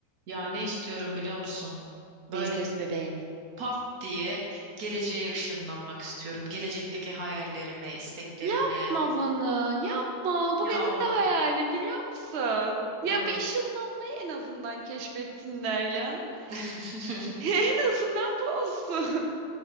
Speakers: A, on the right; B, on the right.
A: Ya ne istiyorum biliyor musun? Böyle
B: Ne istiyorsun bebeğim?
A: pat diye geleceğe ışınlanmak istiyorum. Gelecekteki hayallerime, isteklerime.
B: Yapma bunu, yapma.
A: Ya
B: Bu benim
A: vallahi.
B: de hayalim biliyor musun? Ya
A: Evet.
B: bu ışınlanmayı en azından keşfetsinler ya. <laughs>
A: <laughs>
B: En azından bu olsun.